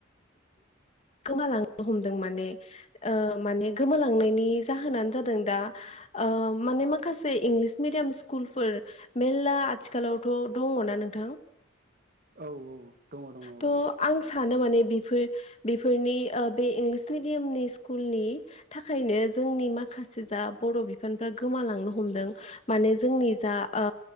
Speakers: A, on the left; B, on the right.
A: गोमालांनो हमदों माने ओ माने गोमालांनायनि जाहोनानो जादों दा ओ माने माखासे इंलिस मिडियाम स्कुलफोर मेरला आथिखालावथ' दङ। ना नोंथां
B: औ औ दङ दङ औ।
A: थ' आं सानो माने बेफोर बेफोरनि बे इंलिस मिडियामनि स्कुलनि थाखायनो जोंनि माखासे जा बर' बिफानफ्रा गोमालांनो हमदों माने जोंनि जा ओ